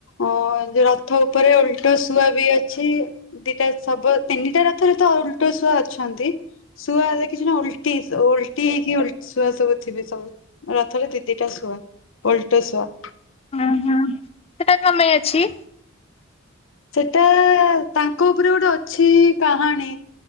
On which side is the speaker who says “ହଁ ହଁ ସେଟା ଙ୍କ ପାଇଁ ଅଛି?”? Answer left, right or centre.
Left